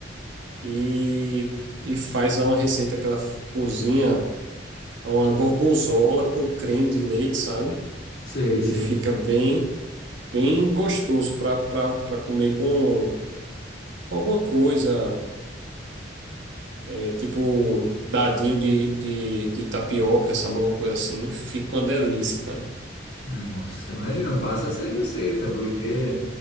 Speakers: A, on the right (about 80°); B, on the left (about 60°).
A: e, e faz lá uma receita que ela cozinha, uma gorgonzola com creme de leite, sabe?
B: sei,
A: Ele
B: sei.
A: fica bem, bem gostoso para para comer com, com alguma coisa, é, tipo um dadinho de, de, de tapioca, sabe? Alguma coisa assim. Fica uma delícia, cara.
B: Nossa, imagina, passa essa receita, porque,